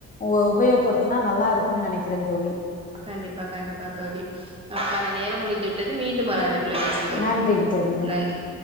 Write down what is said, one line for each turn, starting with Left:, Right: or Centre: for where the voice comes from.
Left: வு உபயோகப்படுத்துனா நல்லா இருக்கும் நெனைக்கிறேன் தோழி
Right: கண்டிப்பா கண்டிப்பா தோழி நமக்கான நேரம் முடிந்து விட் டது மீண்டும் வர
Left: ந
Right: அழைப்புல பேசலா தோழி
Left: நன்றிங்க தோழி
Right: நன்றி